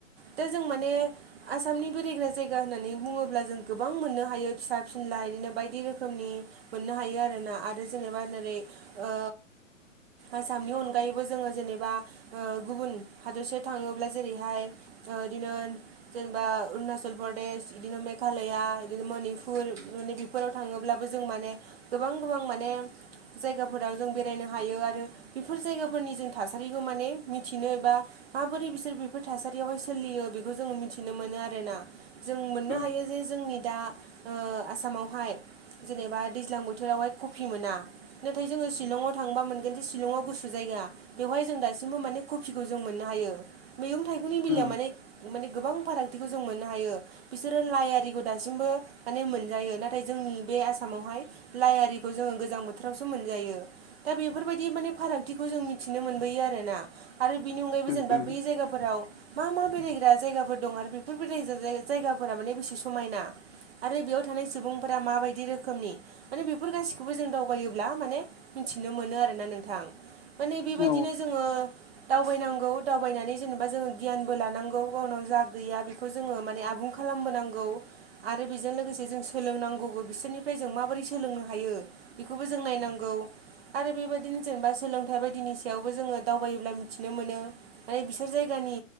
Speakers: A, on the right (about 50°); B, on the left (about 50°).
A: दा जों माने आसामनि बेरायग्रा जायगा होननानै बुङोब्ला जों गोबां मोननो हायो फिसा फिनला इदिनो बायदि रोखोमनि मोननो हायो आरोना आरो जेनेबा नोरै ओ आसामनि अनगायैबो जोङो जेनेबा ओ गुबुन हादरसायाव थाङोब्ला जेरैहाय इदिनो जेनेबा अरुणाचल प्रदेश इदिनो मे मेघालया इदिनो मनिपुर माने बेफोराव थाङोब्लाबो जों माने गोबां गोबां माने जायगाफोराव जों बेरायनो हायो आरो बेफोर जायगाफोरनि जों थासारिखौ माने मिथिनो बा माबोरै बिसोर बेफोर थासारियावहाय सोलियो बेखौ जोङो मिथिनो मोनो आरोना जों मोननो
B: उम
A: हायो जे जोंनि दा ओ आसामावहाय जेनेबा दैज्लां बोथोरावहाय कफि मोना नाथाय जोङो सिलंआव थांबा मोनगोनदि सिलंआव गुसु जायगा बेवहाय जों दासिमबो माने कफिखौ जों मोननो हायो मैगं थाइगंनि बेलायाव
B: उम
A: माने माने गोबां फारागथिखौ जों मोननो हायो बिसोरो लाइ आरिखौ दासिमबो माने मोनजायो नाथाय जोंनि बे आसामावहाय लाइ आरिखौ जों गोजां बोथोरावसो मोनजायो दा बेफोरबायदि माने फारागथिखौ जों मिथिनो मोनबोयो आरोना आरो बेनि अनगायैबो
B: उम
A: जेनेबा बे जायगाफोराव मा मा बेरायग्रा जायगाफोर दं आरो बेफोर बेराय जायगाफोरा माने बेसे समायना आरो बेयाव थानाय सुबुंफोरा माबायदि रोखोमनि माने बेफोर गासिखौबो जों दावबायोब्ला माने मिथिनो मोनो आरोना नोंथां माने बेबायदिनो
B: औ
A: जोङो दावबायनांगौ दावबायनानै जेनेबा जोङो गियानबो लानांगौ गावनाव जा गैया बेखौ जोङो माने आबुं खालामबोनांगौ आरो बेजों लोगोसे जों सोलोंनांगौबो बिसोरनिफ्राय जों माबोरै सोलोंनो हायो बेखौबो जों नायनांगौ आरो बेबायदिनो जेनेबा सोलोंथाइ बायदिनि सायावबो जोङो दावबायोब्ला मिथिनो मोनो माने बिसोर जायगानि